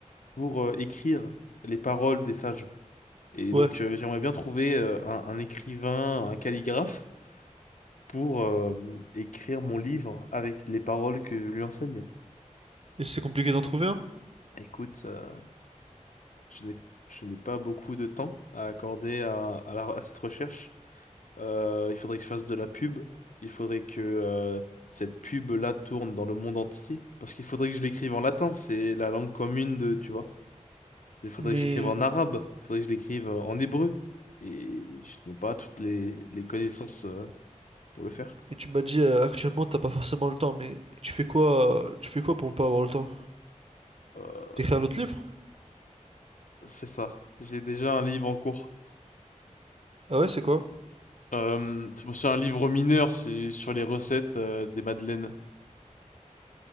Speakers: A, on the left; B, on the right.
A: pour euh, écrire les paroles des sages. Et
B: Ouais.
A: donc, euh, j'aimerais bien trouver euh, un un écrivain, un calligraphe pour euh, écrire mon livre avec les paroles que je lui enseigne.
B: Et c'est compliqué d'en trouver un?
A: Écoute, euh, je n'ai je n'ai pas beaucoup de temps à accorder à, à la- à cette recherche. Euh, il faudrait que je fasse de la pub. Il faudrait que euh, cette pub-là tourne dans le monde entier. Parce qu'il faudrait que je l'écrive en latin, c'est la langue commune de, tu vois. Il faudrait
B: Mais,
A: que je l'écrive en arabe. Il faudrait que je l'écrive euh, en hébreu. Et je n'ai pas toutes les, les connaissances euh, pour le faire.
B: mais tu m'as dit euh, actuellement t'as pas forcément le temps, mais tu fais quoi, euh, tu fais quoi pour ne pas avoir le temps?
A: Euh,
B: T'écris un autre livre?
A: c'est ça. J'ai déjà un livre en cours.
B: Ah ouais, c'est quoi?
A: Euh, c'est un livre mineur, c'est sur les recettes euh, des madeleines.